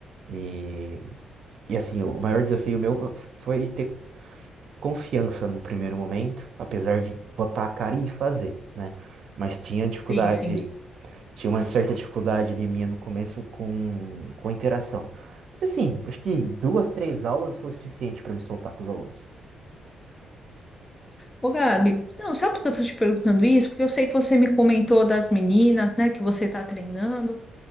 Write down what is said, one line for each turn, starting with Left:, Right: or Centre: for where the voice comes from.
Right: E E assim, o maior desafio meu foi ter confiança no primeiro momento, apesar de botar a cara e fazer, né? Mas tinha dificuldade,
Left: Sim, sim.
Right: tinha uma certa dificuldade ali minha no começo com, com interação. Assim, acho que duas, três aulas foi o suficiente para me soltar com os alunos.
Left: Ô, Gabi, não, sabe por que eu tô te perguntando isso? Porque eu sei que você me comentou das meninas, né, que você tá treinando.